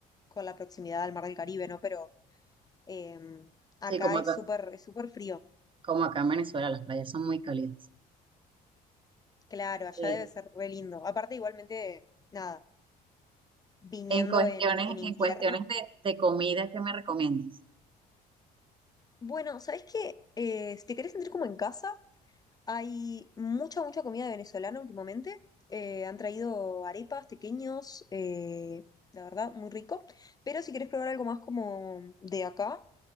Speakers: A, on the left; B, on the right.
A: con la proximidad al Mar del Caribe, ¿no? Pero eh, acá
B: Sí, como acá,
A: es súper, es súper frío.
B: como acá en Venezuela, las playas son muy cálidas.
A: Claro, allá
B: Eh,
A: debe ser re lindo. Aparte, igualmente, nada, viniendo
B: en cuestiones,
A: en, en invierno.
B: en cuestiones de, de comida, ¿qué me recomiendas?
A: Bueno, ¿sabes qué? Eh, si te querés sentir como en casa Hay mucha, mucha comida venezolana últimamente. Eh, han traído arepas pequeños, eh, la verdad, muy rico. Pero si querés probar algo más como de acá,